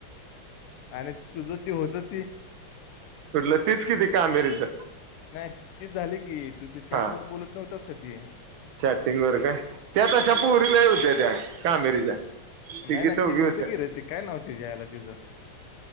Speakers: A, on the left (about 85°); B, on the right (about 70°).
A: आणि तुझं ते होतं ती
B: कुठलं तीच किती कामेरीच
A: नाही ते झाले की तू ते
B: हा
A: चार्टवर बोलत नव्हतास काधी
B: चॅटिंग वर काय त्या तशा पुोरीलाही होद्या त्या कामेरीच्या तिघी
A: नाही नाही
B: चौघी
A: ते एक
B: होत्या
A: होतं की र ते काय नव्हते दयला तिचं